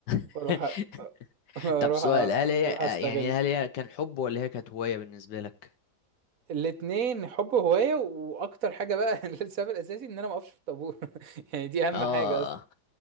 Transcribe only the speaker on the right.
واروح أ- <laughs> اروح
أ-
اروح
استغل
الاتنين حب هواية واكتر حاجة بقى <laughs> السبب الاساسي ان انا ما اقفش في الطابور <laughs> يعني دي اهم
حاجة اصلا